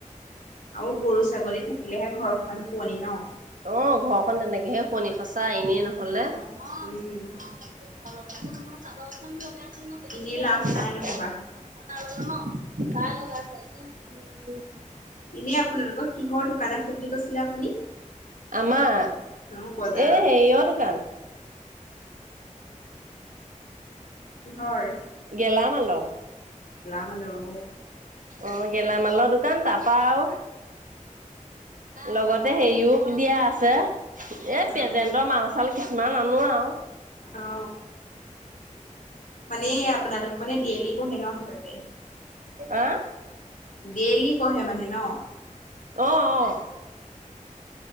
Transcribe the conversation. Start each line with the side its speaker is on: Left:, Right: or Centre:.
Left: আৰু গৰু ছাগলী থাকিলেহে ঘৰখন শুৱনি ন
Right: অ ঘৰখন তেনেকেহে শুৱনি সচা এনেই নহলে আৰু
Left: উম
Right: লগে আজি মই
Left: এনেই লাভ
Right: আৰু
Left: নাই নহবা
Right: কাইলৈ পতি উ
Left: এনে আপোনালোকৰ কিহৰ দোকান আছে বুলি কৈছিলে আপুনি
Right: আমাৰ এ
Left: অ বজাৰত
Right: হেৰিয়ৰ দোকান
Left: হয়ৰ
Right: গেলামল
Left: হেল্ল'
Right: অ গেলামালৰ দোকান তাৰাপা আৰু লগতে হেৰিও দিয়া আছে এ
Left: অ
Right: প্ৰেজেণ্টৰ মাছ ফল কিছুমান আনো আৱ
Left: অ মানে আপোনালোক মানে দেয়লি বহে ন হে তাতে
Right: আহ
Left: ডেইলি পঢ়ে মানে ন
Right: অ অ